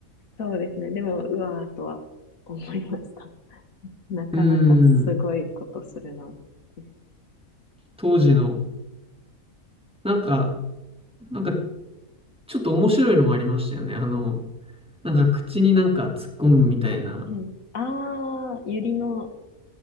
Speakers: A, on the left; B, in the centre.
A: そうですね。でも、うわーとは思いました。<laughs> なかなかすごいことするなって。
B: うん。当時の、なんか、なんかちょっと面白いのもありましたよね。あの、なんか口になんか突っ込むみたいな。
A: はい。あー、ユリの